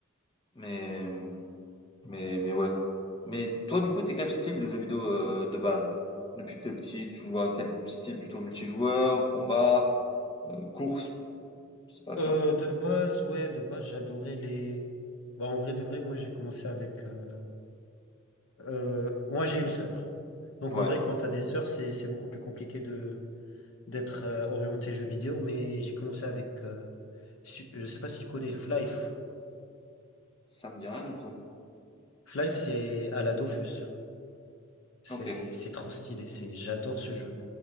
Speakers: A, on the left; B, on the left.
A: Mais, mais, mais ouais. Mais toi, du coup, t'es quel style de jeu vidéo euh, de base? Depuis que t'es petit, tu joues à quel style? Plutôt multijoueur, combat, euh, course? Je sais pas, tu
B: Euh,
A: vois.
B: de base, ouais, de base, j'adorais les. Bah, en vrai, de vrai, moi, j'ai commencé avec. euh, euh, moi, j'ai une sœur. Donc,
A: Ouais.
B: en vrai, quand t'as des sœurs, c'est, c'est beaucoup plus compliqué de d'être euh, orienté jeu vidéo, mais j'ai commencé avec. euh, si- je sais pas si tu connais Flife.
A: Ça me dit rien du tout.
B: Half-Life, c'est à la Dofus. C'est,
A: Ok.
B: c'est trop stylé. C'est, j'adore ce jeu.